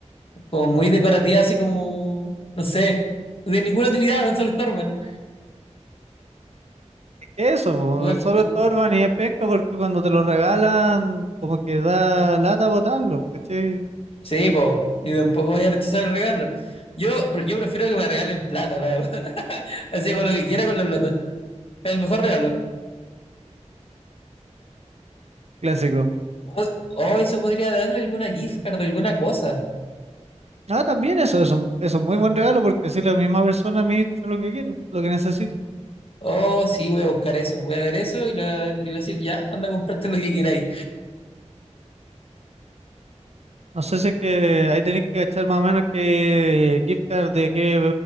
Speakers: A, on the left; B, on the right.
A: como muy decorativas, así como, no sé, no tienen ninguna utilidad, solo estorban.
B: es que eso, po,
A: Weá,
B: solo estorban y es penca porque cuando te lo regalan como que da lata botarlo, ¿cachai?
A: Sí, po, y tampoco vaya a rechazar el regalo. Yo, yo prefiero que me regalen plata, la verdad. <laughs> Así hago lo que quiera con la plata. Es el mejor regalo.
B: Clásico.
A: O, o eso podría darle alguna gift card, alguna cosa.
B: Ah, también eso es un, es un muy buen regalo porque así la misma persona administra lo que quiere, lo que necesita.
A: Oh, sí, voy a buscar eso. Voy a ver eso y, la- y voy a decir, ya, anda a comprarte lo que queráis.
B: No sé si es que ahí tenéis que echar más o menos qué gift card de qué,